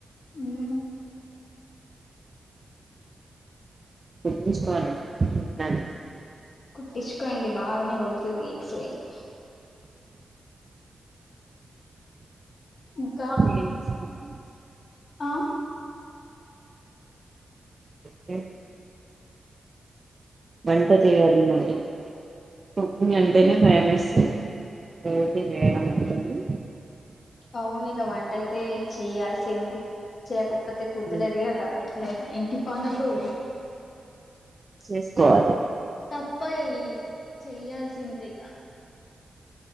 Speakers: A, on the left (about 55°); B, on the right (about 35°).
A: ఉమ్మ్
B: కుట్టుపిచ్చుకోవాలి వెళ్ళాలి
A: కుట్టించుకోండి. బాగానే కుడుతుంది ఎక్స్లట్ ఇంకా
B: ఏంటి సంగతి?
A: ఆ
B: హు వంట చేయాలి మది కుకింగ్ అంటేనే భయమేస్తుంది. <unintelligible> చేయడం అవుతది
A: అవునీక వంటయితే చెయ్యాల్సిందే. చేయకపోతే కుదరది
B: ఉమ్,
A: గదా ఇట్లత్ ఇంటి పనులు
B: చేస్కోవాలి
A: తప్పయ్ చెయ్యాల్సిందేగా.